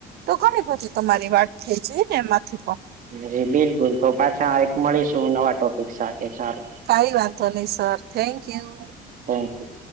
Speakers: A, on the right; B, on the right.
A: તો ઘણી બધી તમારી વાત થઈ જઈ ને એમાંથી પણ.
B: જી બિલકુલ તો પાછા એક મળીશું નવા ટોપિક સાથે સારું.
A: કઈ વાંધતોો નહી સર થેન્ક યુ.
B: થેન્કયુ.